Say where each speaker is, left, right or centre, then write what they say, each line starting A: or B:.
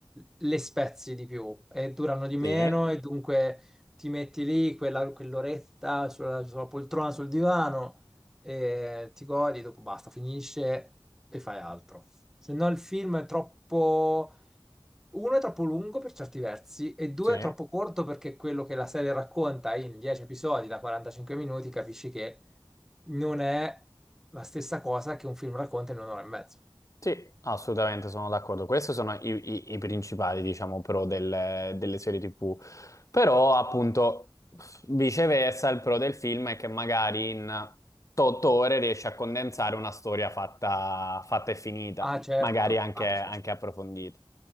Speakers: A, in the centre; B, on the left.
A: le spezzi di più e durano di
B: Sì,
A: meno e dunque ti metti lì quella- quell'oretta sulla, sulla poltrona, sul divano e ti godi, dopo basta, finisce e fai altro. Se no il film è troppo Uno è troppo lungo per certi versi e due
B: sì.
A: è troppo corto perché quello che la serie racconta in 10 episodi da 45 minuti capisci che non è la stessa cosa che un film racconta in un'ora e mezzo.
B: Sì, assolutamente sono d'accordo. Questi sono i, i- i principali, diciamo, pro del- delle serie TV. Però, appunto, viceversa, il pro del film è che magari in 8 ore riesci a condensare una storia fatta, fatta e finita,
A: Ah, certo,
B: magari anche,
A: ah,
B: anche
A: certo,
B: approfondita.